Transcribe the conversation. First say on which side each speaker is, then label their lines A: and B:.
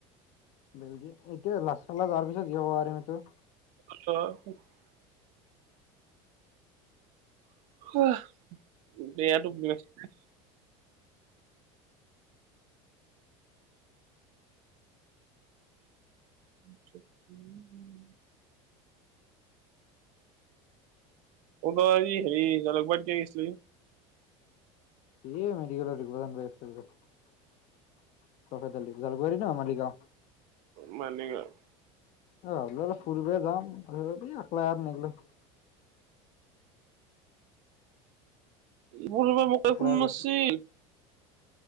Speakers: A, on the left; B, on the right.
A: বেলজিয়, এতিয়া <unintelligible> যোৱাৰ পিছত <unintelligible> পাৰিমটো।
B: <unintelligible> <unintelligible> <unintelligible> <unintelligible>
A: এ মেডিকেলৰ <unintelligible> <unintelligible> জালুকবাৰি ন মালিগাঁও।
B: মালিগাওঁ।
A: <unintelligible>
B: <unintelligible>
A: একলাই আৰু